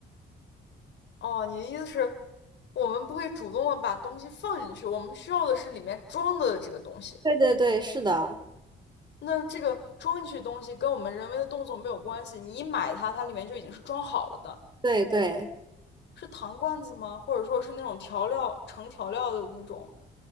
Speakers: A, on the left; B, on the right.
A: 哦，你的意思是，我们不会主动的把东西放进去，我们需要的是里面装的这个东西。
B: 对对对，是的，
A: 那这个装进去的东西跟我们人为的动作没有关系，你一买它，它里面就已经是装好了的，
B: 对对，
A: 是糖罐子吗？或者说是那种调料盛调料的那种？